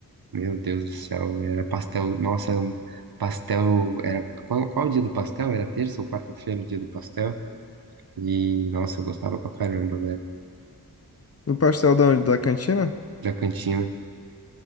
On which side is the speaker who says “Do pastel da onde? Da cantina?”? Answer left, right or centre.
Left